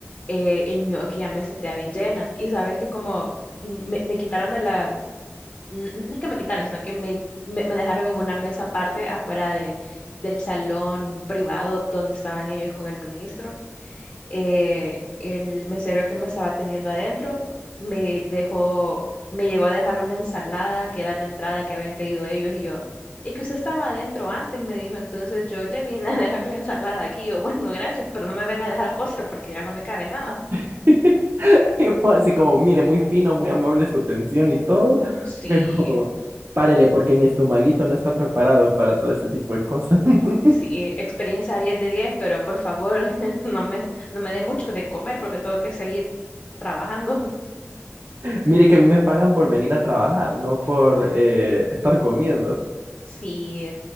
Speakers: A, on the left; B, on the right.
A: eh, el ñoqui, ya me sentía bien llena. Y sabes que como mm, me, me quitaron de la n- no es que me quitaron, sino que me, me, me dejaron en una mesa aparte afuera de, del salón privado donde estaban ellos con el ministro. Eh, el mesero que me estaba atendiendo adentro me dejó, me llegó a dejar una ensalada que era la entrada que habían pedido ellos y yo. Es que usted estaba adentro antes, me dijo, entonces yo le vine a <laughs> dejar la ensalada aquí. Yo, bueno, gracias, pero no me venga a dejar postre porque ya no me cabe nada. <laughs>
B: <laughs> <laughs> Y vos así como, mire, muy fino, muy amable su atención y todo,
A: Sí.
B: pero párele porque mi estomaguito no está preparado para todo ese tipo de cosas. <laughs>
A: Sí, eh, experiencia 10 de 10, pero por favor, <laughs> no me, no me dé mucho de comer porque tengo que seguir trabajando.
B: Mire que a mí me pagan por venir a trabajar, no por eh, estar comiendo.
A: Sí.